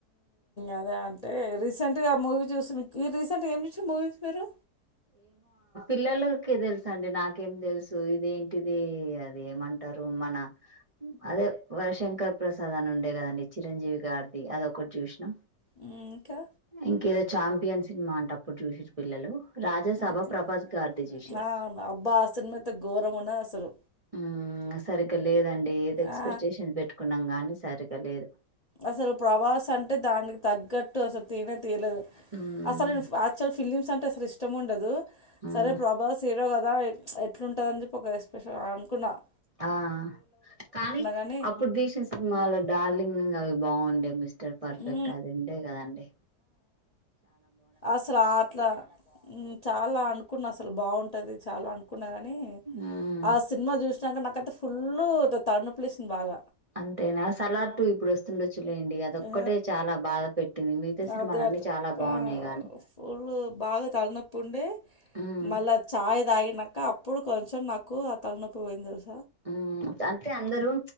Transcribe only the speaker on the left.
అదే అంటే రీసెంట్ గా మూవీ చూసిన క రీసెంట్ గా ఏం చూసిండ్రు మూవీస్ మీరు
హ్మ్. ఇంకా?
అంతే.
ఆ! అవును. అబ్బా! ఆ సినిమా అయితే ఘోరంగున్నదసలు.
ఆ!
అసలు ప్రవాస అంటే దానికి తగ్గట్టు అసలు తినే తెయలదు
అసలు ఆక్చువల్ ఫిల్లిమ్ అంటే సార్ ఇష్టం ఉండదు
సరే ప్రభాస్ హీరో కాదు కదా ఎట్లుంటుందని చెప్పి ఒక ఎస్పెషల్ అనుకున్నాను
గానీ
హ్మ్.
అసలు అ అట్లా చాలా అనుకున్నా అసలు బాగుంటు ది చాలా అనుకున్న గానీ నీ
ఆ సినిమా చూ అక నాకు అతే ఫుల్ తలనొప్పి లేసింది బాగ
ఆ!
అదే అట్
ఆ!
ఫుల్లు బాగా తలనప్పు ఉండే
మళ్ళ చాయి తాగి అన్నాక అప్పుడు కొంచెం నాకు ఆ తలనొప్పి పోయింది తెలుసుంది